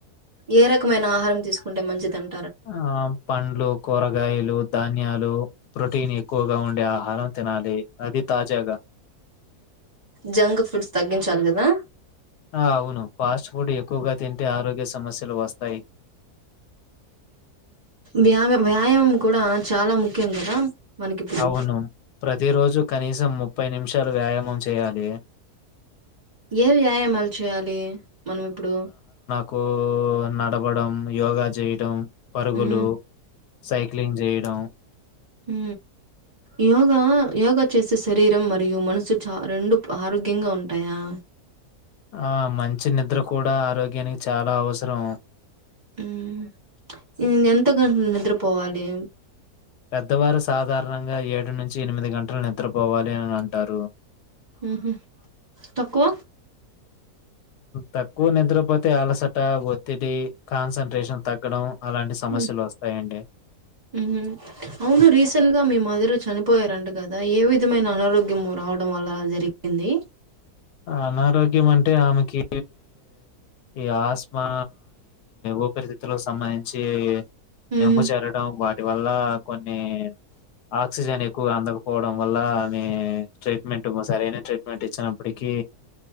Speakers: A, on the right (about 30°); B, on the left (about 80°).
A: ఏ రకమైన ఆహారం తీసుకుంటే మంచిదన్
B: ఆ పండ్లు, కూరగాయలు, ధాన్యాలు ప్రోటీన్ ఎక్కువగా ఉండే ఆహారం తినాలి అది తాజాగా
A: జంక్ ఫుడ్స్ తగ్గించాలి కదా
B: ఆ అవును ఫాస్ట్ ఫుడ్ ఎక్కువగా తింటే ఆరోగ్య సమస్యలు వస్తాయి
A: వ్యామ వ్యాయామం కూడా చాలా ముఖ్యం కదా మనకిప్పుడు
B: అవును ప్రతిరోజు కనీసం ముప్పై నిమిషాలు వ్యాయామం చేయాలి
A: ఏ వ్యాయామాలు చేయాలి మనం ఇప్పుడు
B: కు నడపడం, యోగా చేయడం పరుగులు,
A: మ్మ్
B: సైక్లింగ్ చేయడం
A: ఉ యోగా యోగ చేసే శరీరం మరియు మనసు చ రెండు ఆరోగ్యంగా ఉంటాయా
B: ఆ మంచి నిద్ర కూడా ఆరోగ్యానికి చాలా అవసరం
A: మ్మ్ ఎంత గంట నిద్రపోవాలి
B: పెద్దవారు సాధారణంగా ఏడు నుంచి ఎనిమిది గంటలు నిద్రపోవాలి అని అంటారు
A: ఉహుమ్ తక్కువ
B: తక్కువ నిద్రపోతే అలసట ఒత్తిడి కాన్సన్ట్రేషన్ తగ్గడం అలాంటి సమస్యలొస్తాయండి.
A: మ్ ఉహుమ్ అవును రీసెంట్ గా మీ మదిర చనిపోయారంట కదా ఏ విధమైన అనారోగ్యము రావడం వల్ల జరిగింది
B: అనారోగ్యం అంటే ఆమెకి ఈ ఆస్మా ఊపరిస్థితులకు సంబంధించి
A: హ్మ్.
B: నమ్ము చేరడం వాటి వల్ల కొన్ని ఆక్సిజన్ ఎక్కువ అందకపోవడం వల్ల మీ చె మంట సరైన ట్రీట్మెంట్ ఇచ్చినప్పటికి